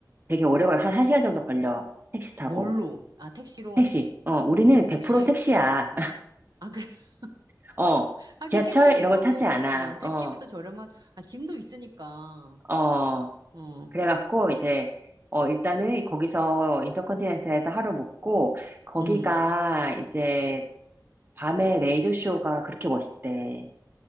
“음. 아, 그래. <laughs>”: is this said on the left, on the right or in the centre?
Right